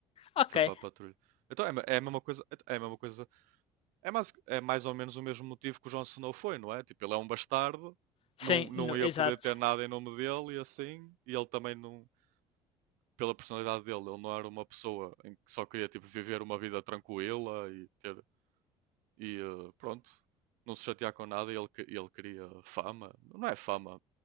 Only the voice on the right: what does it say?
Foi para a patrulha. Então é, é a mesma coisa, é é a mesma coisa. É mais, é mais ou menos o mesmo motivo que o Jon Snow foi, não é? Tipo, ele é um bastardo,
não, não
ia
poder ter nada em nome dele e assim, e ele também não, pela personalidade dele, ele não era uma pessoa em que só queria tipo viver uma vida tranquila e ter e eh, pronto, não se chatear com nada, e ele ele queria fama. Não é fama,